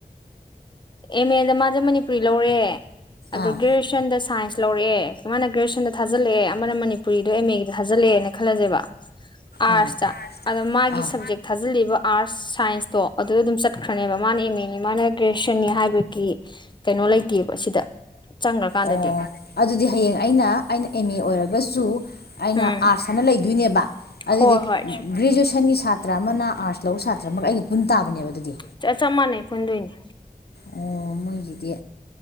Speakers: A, on the left; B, on the left.
A: ꯑꯦꯝ ꯑꯦꯗ ꯃꯥꯁꯦ ꯃꯅꯤꯄꯨꯔꯤ ꯂꯧꯔꯦ ꯑꯗꯨ
B: ꯑꯥ
A: ꯒꯔ꯭ꯦꯖꯨꯋꯦꯁꯟꯗ ꯁꯥꯏꯟꯁ ꯂꯧꯔꯛꯑꯦ ꯑꯃꯅ ꯒꯔ꯭ꯦꯖꯨꯋꯦꯁꯟꯗ ꯊꯥꯖꯜꯂꯛꯑꯦ ꯑꯃꯅ ꯃꯅꯤꯄꯨꯔꯤꯗ ꯑꯦꯝ ꯑꯦꯒꯤꯗ ꯊꯥꯖꯜꯂꯛꯑꯦꯅ ꯈꯜꯂꯁꯦꯕ ꯑꯥꯔꯠꯁꯇ
B: ꯑꯥ
A: ꯑꯗ ꯃꯥꯒꯤ
B: ꯑꯥ
A: ꯁꯞꯖꯦꯛ ꯊꯥꯖꯤꯜꯂꯤꯕ ꯑꯥꯔꯠꯁ ꯁꯥꯏꯟꯁꯇꯣ ꯑꯗꯨꯗꯣ ꯑꯗꯨꯝ ꯆꯠꯈ꯭ꯔꯅꯦꯕ ꯃꯥꯅ ꯑꯦꯝ ꯑꯦꯅꯤ ꯃꯥꯅ ꯒ꯭ꯔꯦꯖꯨꯁꯟ ꯅꯤ ꯍꯥꯏꯕꯒꯤ ꯀꯩꯅꯣ ꯂꯩꯇꯦꯕ ꯁꯤꯗ ꯆꯪꯈ꯭ꯔꯀꯥꯟꯗꯗꯤ
B: ꯑꯣ ꯑꯗꯨꯗꯤ ꯍꯌꯦꯡ ꯑꯩꯅ ꯑꯩꯅ ꯑꯦꯝ ꯑꯦ ꯑꯣꯏꯔꯒꯁꯨ ꯑꯩꯅ
A: ꯎꯝ
B: ꯑꯥꯔꯠꯁ ꯍꯥꯏꯅ ꯂꯩꯗꯣꯏꯅꯦꯕ ꯑꯗꯨꯗꯤ
A: ꯍꯣꯏ ꯍꯣꯏ
B: ꯒ꯭ꯔꯦꯖꯨꯑꯦꯁꯟꯒꯤ ꯁꯥꯇ꯭ꯔ ꯁꯥꯇ꯭ꯔ ꯑꯃꯅ ꯑꯥꯔꯠꯁ ꯂꯧꯕ ꯁꯥꯇ꯭ꯔ ꯑꯃꯒ ꯑꯩꯒ ꯄꯨꯟ ꯇꯥꯕꯅꯦꯕ ꯑꯗꯨꯗꯤ
A: ꯆꯞ ꯆꯞ ꯃꯥꯟꯅꯩ ꯄꯨꯟꯗꯨꯏꯅꯦ
B: ꯑꯣ ꯃꯣꯏꯒꯤꯗꯤ